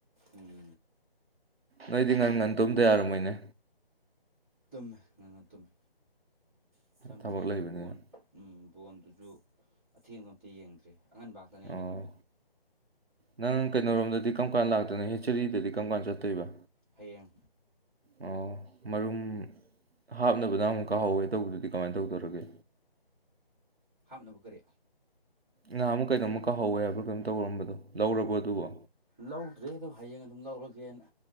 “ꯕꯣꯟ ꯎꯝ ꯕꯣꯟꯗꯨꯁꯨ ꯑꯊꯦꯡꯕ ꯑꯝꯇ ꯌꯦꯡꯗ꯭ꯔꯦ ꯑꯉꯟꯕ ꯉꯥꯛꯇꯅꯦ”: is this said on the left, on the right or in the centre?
Centre